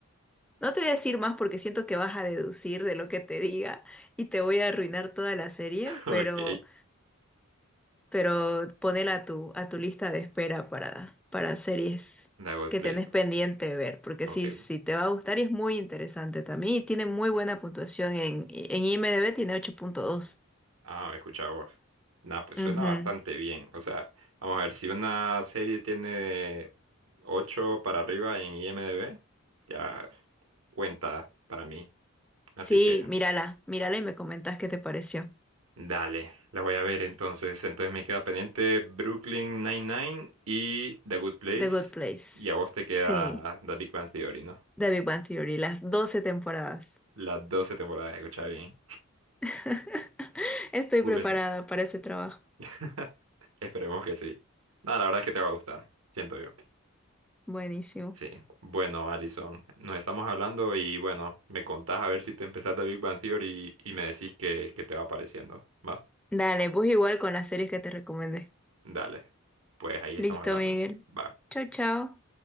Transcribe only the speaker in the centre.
no te voy a decir más porque siento que vas a deducir de lo que te diga y te voy a arruinar toda la serie,
pero, pero ponela a tu, a tu lista de espera para, para series
que
tenés pendiente de ver, porque
sí, sí te va a gustar y es muy interesante también y tiene muy buena puntuación en, en IMDb, tiene 8.2.
Ujú.
Sí,
mírala, mírala y me comentas qué te pareció.
The Good Place.
Sí,
The Big Bang Theory, las 12 temporadas.
<laughs> Estoy
preparada para ese trabajo.
Buenísimo.
Dale, pues igual con las series que te recomendé.
Listo,
Miguel.
Chao, chao.